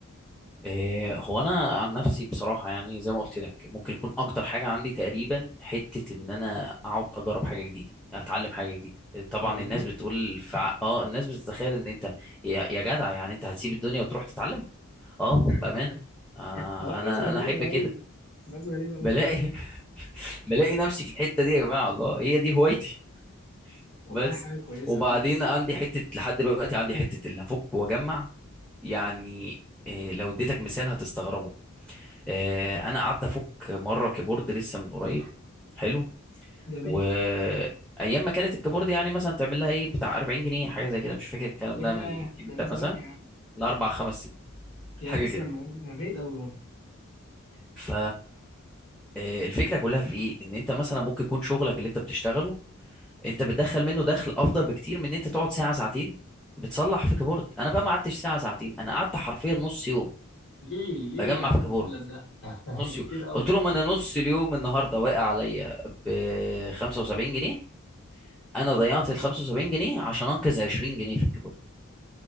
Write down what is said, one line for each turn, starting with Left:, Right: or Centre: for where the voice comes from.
Centre: آه، هو انا عن نفسي بصراحة يعني زي ما قلت لك ممكن يكون اكتر حاجة عندي تقريبا حتة ان انا اقعد اجرب حاجة جديدة اتعلم حاجة جديدة آه، طبعا
Left: والله
Centre: الناس بتقول فع... اه الناس بتتخيل ان انت يا يا جدع يعني انت هتسيب الدنيا وتروح تتعلم اه
Left: <laughs>
Centre: بأمانة آه،
Left: هو
Centre: انا
Left: الناس غريبة
Centre: انا احب كده
Left: أوي ناس غريبة أوي
Centre: بلاقي
Left: فعلا
Centre: بلاقي نفسي في الحته دي يا جماعه الله هي دي هوايتي
Left: والله
Centre: بس
Left: حاجة كويسة
Centre: وبعدين
Left: أوي بس
Centre: عندي حته لحد دلوقتي عندي حته اللي افك واجمع يعني إيه، لو اديتك مثال هتستغربه إيه، انا قعدت افك مره كيبورد لسه من قريب حلو
Left: جميل
Centre: وايام ما كانت الكيبورد يعني مثلا تعمل لها ايه بتاع 40 جنيه حاجه زي كده مش فاكر الكلام
Left: ياه
Centre: ده من امتى
Left: ده من
Centre: مثلا
Left: زمان يا عم
Centre: من اربع خمس سنين
Left: يا
Centre: حاجه
Left: لسه
Centre: كده
Left: م- من بعيد قوي برضه
Centre: ف آه، الفكره كلها في ايه ان انت مثلا ممكن يكون شغلك اللي انت بتشتغله انت بتدخل منه دخل افضل بكتير من ان انت تقعد ساعه ساعتين بتصلح في كيبورد انا بقى ما قعدتش ساعه ساعتين انا قعدت حرفيا نص يوم
Left: ليه ليه
Centre: بجمع
Left: يا عم
Centre: في كيبورد
Left: كل ده <laughs>
Centre: نص يوم
Left: كتير قوي
Centre: قلت لهم انا نص اليوم النهارده واقع عليا ب 75 جنيه انا ضيعت ال 75 جنيه عشان انقذ 20 جنيه في الكيبورد